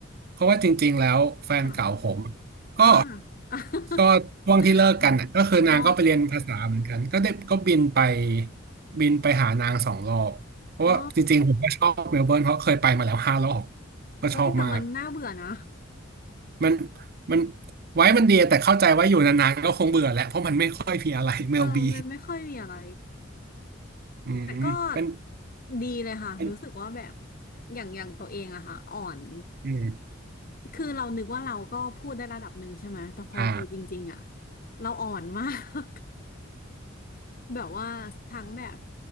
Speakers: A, on the right (about 50°); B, on the left (about 45°).
A: เพราะว่าจริงๆแล้วแฟนเก่าผม
B: ค่ะอ๋
A: ก็
B: อ
A: ก็ช่วงที่เลิกกันน่ะก็คือนางก็ไปเรียนภาษาเหมือนกันก็ได้ก็บินไป
B: <laughs> ค่ะอ๋อ
A: บินไปหานางสองรอบเพราะว่าจริงๆผมก็ชอบเมลเบิร์นเพราะเคยไปมาแล้วห้ารอบ
B: อ๋อ
A: ก็ชอบมาก
B: อุ้ยแต่มันน่าเบื่อนะ
A: มันมันไว้มันดีแต่เข้าใจว่าอยู่นานๆก็คงเบื่อแหละเพราะมันไม่ค่อยมีอะไรเมลบี
B: เออมันไม่ค่อยมีอะไร
A: อืมเป็น
B: แต่ก็ดีเลยค่ะรู้สึกว่าแบบ
A: เป็น
B: อย่างอย่างตัวเองอะค่ะอ่อน
A: อืม
B: คือเรานึกว่าเราก็พูดได้ระดับหนึ่งใช่ไหมแต่พอไปจริงๆอะ
A: อ่า
B: เราอ่อนมาก <laughs> แบบว่าทั้งแบบ